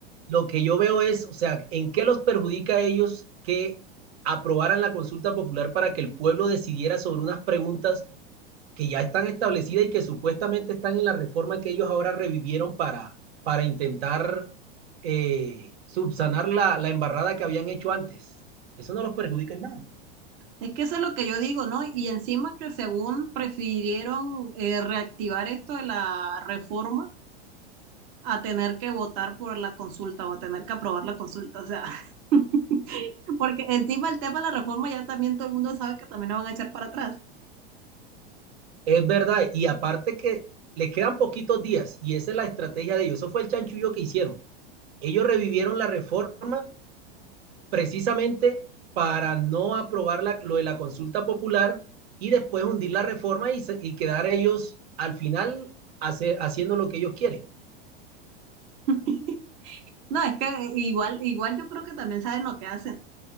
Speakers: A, on the right; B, on the right.
A: lo que yo veo es, o sea, ¿en qué los perjudica a ellos que aprobaran la consulta popular para que el pueblo decidiera sobre unas preguntas que ya están establecidas y que supuestamente están en la reforma que ellos ahora revivieron para, para intentar eh, subsanar la, la embarrada que habían hecho antes. Eso no los perjudica en nada.
B: Es que eso es lo que yo digo, ¿no? Y encima que según prefirieron eh, reactivar esto de la reforma a tener que votar por la consulta o a tener que aprobar la consulta. O sea, <laughs> porque encima el tema de la reforma ya también todo el mundo sabe que también lo van a echar para atrás.
A: Es verdad. Y aparte que les quedan poquitos días y esa es la estrategia de ellos. Eso fue el chanchullo que hicieron. Ellos revivieron la reforma precisamente para no aprobar la, lo de la consulta popular y después hundir la reforma y, y quedar ellos al final hace, haciendo lo que ellos quieren.
B: <laughs> No, es que eh, igual, igual yo creo que también saben lo que hacen.